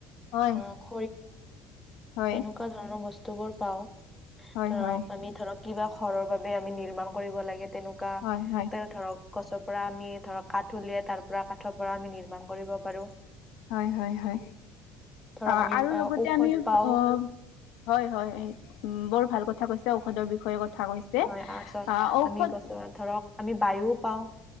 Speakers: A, on the left (about 75°); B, in the centre.
A: হয়
B: আহক
A: হয়
B: ধৰক আমি
A: হয় হয়
B: ধৰক কিবা খৰৰ বাবে আমি নিৰ্মাণ কৰিব লাগে তেনেকুৱা
A: হয় হয়
B: তেওঁ ধৰক গছৰ পৰা আমি ধৰক কাঠ উলিয়াই তাৰ পৰা কাঠৰ পৰা আমি নিৰ্মাণ কৰিব পাৰো
A: হয় হয় হয়
B: ধৰক
A: অ
B: আমি
A: আৰু লগতে
B: ঔষধ
A: আমি
B: পাও
A: অ হয় হয় উ বৰ ভাল কথা কৈছে ঔষধৰ বিষয়ে কথা কথা কৈছে
B: হয় তাৰপিছত
A: আহ ঔষধ
B: আমি গছৰ ধৰক আমি বায়ু পাওঁ